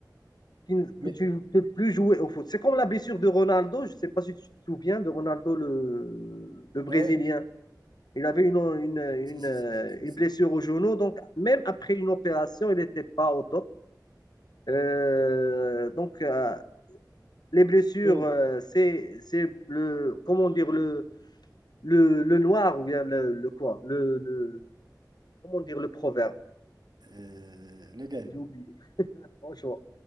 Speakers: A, on the left; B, on the right.
A: qui ne-
B: Mais,
A: que tu ne peux plus jouer au foot. C'est comme la blessure de Ronaldo, je ne sais pas si tu te souviens de Ronaldo, le, le Brésilien.
B: ouais,
A: Il avait une, une, une,
B: c'est, c'est, c'est, c'est- c'est-
A: une
B: c'est-
A: blessure au genou. Donc, même après une opération, il n'était pas au top. Euh, donc, euh, les blessures,
B: oui.
A: euh, c'est, c'est le, comment dire, le, le, le noir ou bien le, le quoi, le, le- comment dire, le proverbe.
B: Euh, lequel?
A: J'ai oublié, franchement.